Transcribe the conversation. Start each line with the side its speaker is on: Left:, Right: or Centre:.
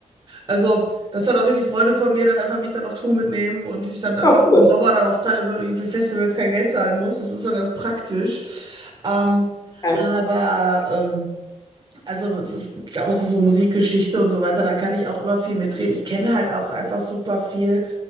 Right: Also, dass dann auch wirklich Freunde von mir dann einfach mich dann auf Tour mitnehmen und ich dann einfach
Left: ja, cool.
Right: im Sommer dann auf keine, irgendwie Festivals kein Geld zahlen muss. Das ist dann ganz praktisch. Ähm,
Left: Ja,
Right: aber, ähm, also, es ist auch so so Musikgeschichte und so weiter, da kann ich auch immer viel mitreden. Ich kenne halt auch einfach super viel.